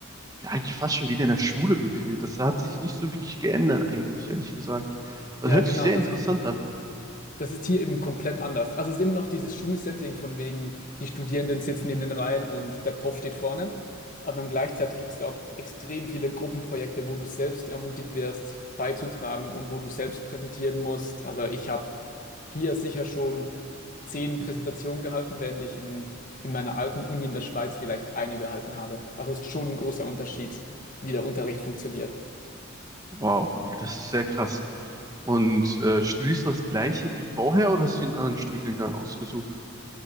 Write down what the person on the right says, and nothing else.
ja, eigentlich fast schon wieder in der Schule gefühlt. Das hat sich nicht so wirklich geändert, eigentlich, ehrlich gesagt. Also
hört
sich sehr
interessant an.
Wow, okay, das ist sehr krass. Und äh, studierst du das gleiche wie vorher oder hast du einen anderen Studiengang ausgesucht?